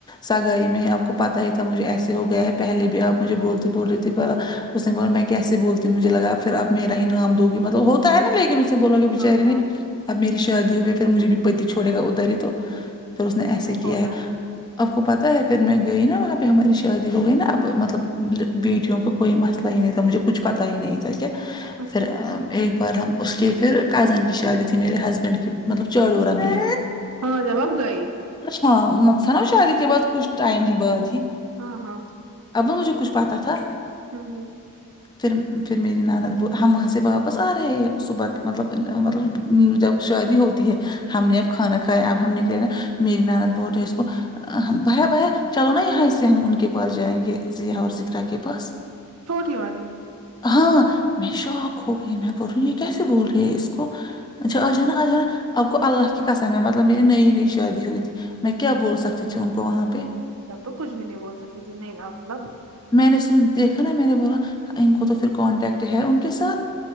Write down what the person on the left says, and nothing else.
سگائی میں آپ کو پتا ہی تھا مجھے ایسے ہو گیا ہے پہلے بھی آپ مجھے بولتی بول رہ تھی اس نے بولا میں کیسے بولتی مجھے لگا پھر اب میرا ہی نام دو گی مطلب ہوتا ہے نا لیکن اس بولو گے بیچاری
نے
اب میری شادی ہوئی ہے پھر مجھے بھی پتی چھڑے گا اداری ہی تو پھر اس نے ایسے
کیا
ہے آپ کو پتہ ہے پھر میں گئی نا وہاں پہ ہماری شادی ہو گئی نا اب مطلب بی کیوں کہ کوئی مسئلہ ہی نہیں تھا مجھے کچھ پتا ہی نہیں تھا کہ
پھر ایک بار ہم اس کے پھر کزن کی شادی تھی میرے ہسبینڈ کی مطلب چڑوڑا میں
ہاں مطل نا شادی کے بعد کچھ ٹائم ہی بعد ہی
ابو مجھے کچھ پتہ تھا
پھر پھر میری ناند ہم وہاں سے واپس آ رہے ہیں صبح مطلب مطلب جب شادی ہوتی ہے ہم نے اب کھانا کھایا اب ہم نکلے نا میری ناند بول رہی ہے سو کو بھیا بھیا چلو نا یہاں اسے ہم ان کے پاس جائیں گے ضیا اور صدرہ کے پاس
ہاں میں شوک ہو گئی میں بول رہی ہوں یہ کیسے بول رہی ہے اس کو اچھا آجانا آجانا آپ کو اللہ کی قسم ہے مطلب میری نئی نئی شادی ہوئی تھی میں کیا بول سکتے تھے ان کو وہاں پہ
میں نے سن دیکھا نا میں نے بولا ان کو تو پھر کانٹیکٹ ہے ان کے ساتھ